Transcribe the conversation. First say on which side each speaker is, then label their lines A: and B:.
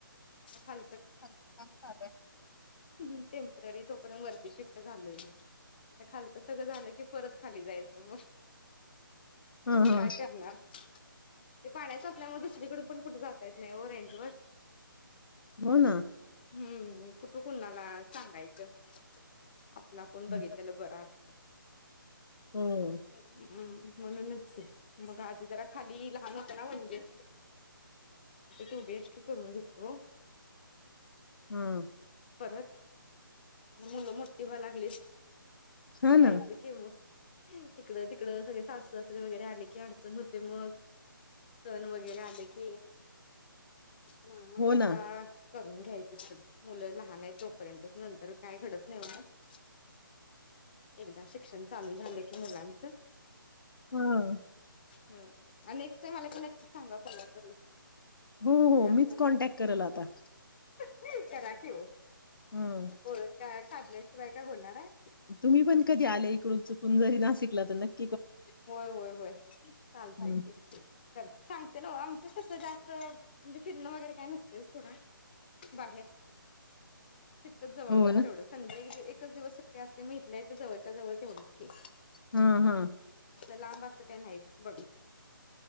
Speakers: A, on the left (about 25°); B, on the left (about 70°).
A: खाल
B: आता काम चालू आहे.
A: हम् हम टेम्पररी तोपर्यंत वरती शिफ्ट झालोय आता खालच सगळं झालं की परत खाली जायचं मग
B: हां, हां.
A: काय करणार. ते पाण्याच त्यामुळे दुसरीकडे पण कुठे जात त्या ठेव रेंजवर.
B: हो ना.
A: हम्म. कुठ कुणाला सांगायच. आपल आपण
B: हं,
A: बघितलेल बर असतय.
B: हो.
A: लग्न. ह म्हणूनच घ्या. मग आधी जरा खाली लहान होताना म्हणजे टू बी एच के करून घेतलं.
B: हां.
A: मुलं मोठी व्हायला लागली
B: हां
A: पाहिजे
B: ना.
A: की मग. इकडं तिकड सगळे सासर सासरे वगैरे आले की अडचण होते मग, सण वगैरे आले की. ह म्हटलं
B: हो
A: आता
B: ना.
A: करून घ्यायचं <unintelligible> मुलं लहान आहे तोपर्यंत नंतर काय घडत नाही मग, एकदा शिक्षण चालू झालं की मुलांच
B: हं
A: हम्, नेक्स्ट टाइम आला क नक्की सांगा कोल्हापूरला.
B: हो -हो
A: या
B: मीच
A: तुम्ही.
B: कॉन्टॅक्ट करल आता.
A: <unintelligible> करा. <unintelligible>
B: हम,
A: ओळख काढल्याशिवाय काय होणार आहे
B: तुम्ही पण कधी आले इकडून चुकून जरी नासिक <unintelligible>
A: होय, होय, होय, चालतय
B: हं.
A: की, कर सांगते न आमचं कस जास्त फिरणं वगैरे काय नसतय सोडा. बाहेर. तिथच जवळपास
B: हो ना?
A: तेवढं <unintelligible> एकच दिवस सुट्टी. ते असते मी इथल्या इथ जवळच्या जवळ तेवढीच की,
B: हम्म हम्म
A: लांब अस काही नाहीच बघ,